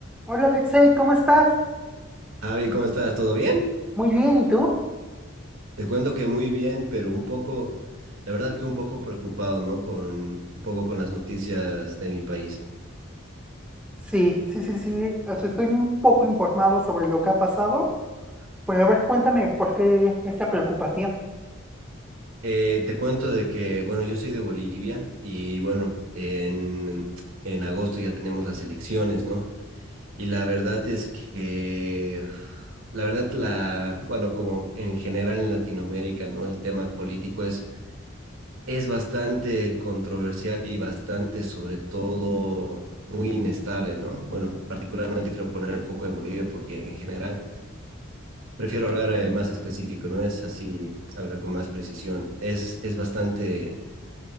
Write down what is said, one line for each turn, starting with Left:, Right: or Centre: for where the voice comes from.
Centre: Hola Alexei, ¿cómo estás?
Right: Javi, ¿cómo estás? ¿Todo bien?
Centre: Muy bien, ¿y tú?
Right: Te cuento que muy bien, pero un poco, la verdad que un poco preocupado, ¿no? Con un poco con las noticias de mi país.
Centre: Sí, sí, sí, sí. O sea, estoy un poco informado sobre lo que ha pasado, pero a ver, cuéntame por qué esa preocupación.
Right: Eh, te cuento de que, bueno, yo soy de Bolivia y bueno, en, en agosto ya tenemos las elecciones, ¿no? Y la verdad es que, uf, la verdad, la, bueno, como en general en Latinoamérica, ¿no? El tema político es Es bastante controversial y bastante, sobre todo, muy inestable, ¿no? Bueno, particularmente quiero poner el foco en Bolivia porque en general prefiero hablar eh, más específico, ¿no? Es así, hablar con más precisión. Es, es bastante,